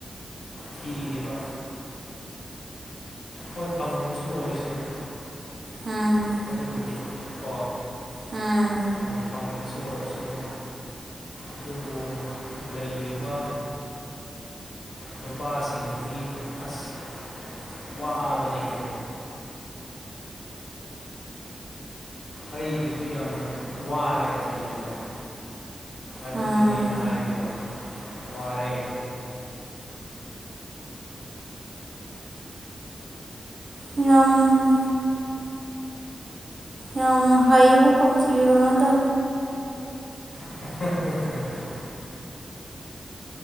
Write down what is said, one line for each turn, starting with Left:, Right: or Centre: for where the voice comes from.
Left: ꯊꯤꯔꯤꯕ ꯍꯣꯏ ꯐꯪꯕꯁꯨ ꯑꯣꯏꯁꯅꯨ
Right: ꯎꯝ
Left: ꯑꯗꯨꯕꯨꯗꯤ ꯀꯣ
Right: ꯎꯝ ꯎꯝ
Left: ꯑ ꯐꯪꯕꯁꯨ ꯑꯣꯏꯁꯅꯨ ꯑꯗꯨꯕꯨ ꯂꯩꯔꯤꯕ ꯅꯨꯄꯥꯁꯤꯡꯒꯤꯗꯤ ꯑꯁ ꯋꯥꯕꯅꯤꯍꯦ ꯑꯩꯒꯤꯁꯨ ꯌꯥꯝꯅ ꯋꯥꯔꯦ ꯊꯤꯕꯗ ꯑꯗꯨꯒꯤꯅꯦ
Right: ꯎꯝ
Left: ꯑꯩꯅ ꯍꯥꯏꯔꯤꯗꯣ ꯋꯥꯔꯦ
Right: ꯉꯝ ꯌꯥꯝ ꯍꯩꯕꯒꯥ ꯊꯤꯔꯨꯅꯨꯗ
Left: <unintelligible>